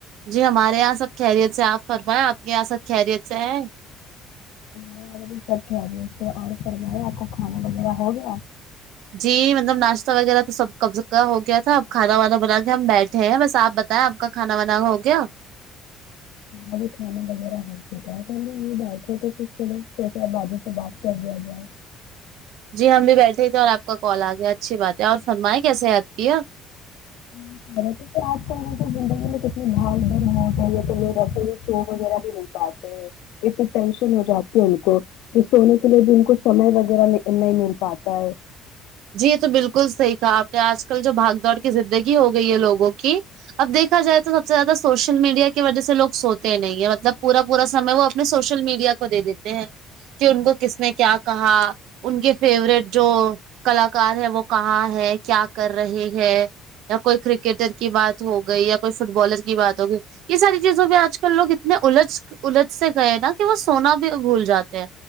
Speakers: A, on the right; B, on the left.
A: جی ہمارے یہاں سب خیریت سے آپ فرمائےیں آپ کے یہاں سب خیریت سے ہیں
B: <inaudible> اور فرماے اپکا کھانا وغیرہ ہوگیا
A: جی مطلب ناشتہ وغیرہ تو سب کبز کا ہو گیا تھا اب کھانا وانا بنا کے ہم بیٹھے ہیں بس آپ بتائیں آپ کا کھانا وانا ہو گیا
B: ابھی کھانا وغیرہ ہو چکا <unintelligible> سے بعد کل لیا جائے <inaudible>
A: جی ہم بھی بیٹھے ہی تھے اور آپ کا کال آ گیا اچھی بات ہے اور فرمائے کیسے یاد کیا
B: ہوں ہوں رہ تو آپ کا موسم زندگی میں کتنی بھاڑ دھ مو ہے تو ل سو وغیرہ بھی نہیں پاتے ہیں <inaudible> اتنی ٹینشن ہو جاتی ہے ان کو یہ سونے کے لیے بھی ان کو سمے لگ رہا نہیں مل پاتا ہے
A: جی یہ تو بالکل صحیح کہا آپ نے آج کل جو بھاگ دوڑ کی زندگی ہو گئی ہے لوگوں کی اب دیکھا جائے تو سب سے زیادہ سوشل میڈیا کی وجہ سے لوگ سوتے نہیں ہے مطلب پورا پورا سمے وہ اپنے سوشل میڈیا کو دے دیتے ہیں کہ ان کو کس نے کیا کہا ان کے فیورٹ جو کلاکار ہے وہ کہاں ہے کیا کر رہے ہیں یا کوئی کرکٹر کی بات ہو گئی یا کوئی فٹ بالر کی بات ہو گئی یہ ساری چیزوں پہ آج کل لوگ اتنے الجھ الجھ سے گئے نا کہ وہ سونا بھی بھول جاتے ہیں